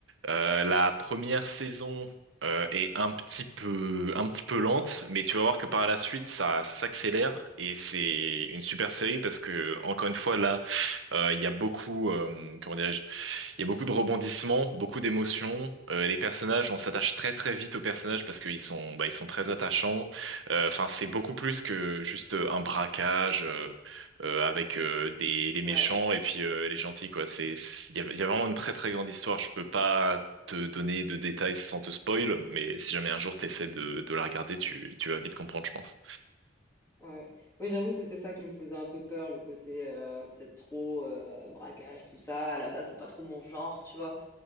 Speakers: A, on the right (about 80°); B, on the left (about 15°).
A: euh, la première saison euh, est un petit peu, un petit peu lente, mais tu vas voir que par la suite, ça, ça s'accélère et c'est une super série parce que, encore une fois, là, euh, il y a beaucoup, euh, comment dirais-je, il y a beaucoup de rebondissements, beaucoup d'émotions. Euh, les personnages, on s'attache très très vite aux personnages parce qu'ils sont, bah, ils sont très attachants. Euh, Enfin, c'est beaucoup plus que juste un braquage. euh, euh, avec euh, des les méchants
B: Ouais,
A: et puis euh, les gentils quoi. C'est il y a, il y a vraiment une très très grande histoire. Je peux pas te donner de détails sans te spoil, mais si jamais un jour t'essaies de de la regarder, tu tu vas vite comprendre, je pense.
B: ouais. Oui, j'avoue, c'était ça qui me faisait un peu peur, le côté euh, peut-être trop euh, braquage, tout ça. À la base, c'est pas trop mon genre, tu vois.